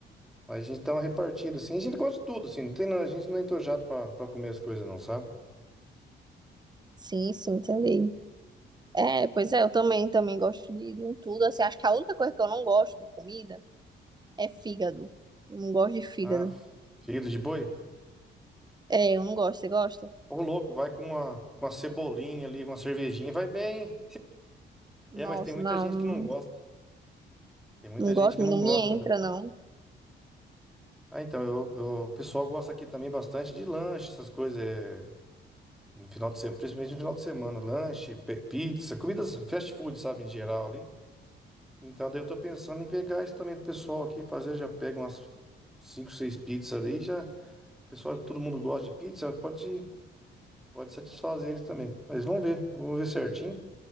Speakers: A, in the centre; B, on the right (about 20°).
A: Mas a gente dá uma repartida, assim. A gente gosta de tudo, assim. Não tem, a gente não é entojado pra, pra comer as coisas, não, sabe?
B: Sim, sim, entendi. É, pois é, eu também também gosto de, de um tudo assim. Acho que a única coisa que eu não gosto de comida é fígado. Eu Não gosto de fígado.
A: Ah, filho de boi.
B: É, eu não gosto. Você gosta?
A: Ô, louco, vai com uma, com uma cebolinha ali, uma cervejinha, vai bem. hein?
B: Nossa,
A: É, mas tem muita
B: não,
A: gente
B: não
A: que não gosta. Tem muita
B: não gosto,
A: gente que não
B: não
A: gosta.
B: me entra,
A: né?
B: não.
A: Ah, então, eu, eu- o pessoal gosta aqui também bastante de lanche, essas coisas. é, no final de semana, principalmente no final de semana. Lanche, pe- pizza, comidas fast food, sabe, em geral ali. Então, daí eu tô pensando em pegar isso também pro pessoal aqui, fazer, já pega umas cinco, seis pizzas ali e já. Pessoal, todo mundo gosta de pizza, pode, pode satisfazer eles também. Mas vamos ver, eu vou ver certinho.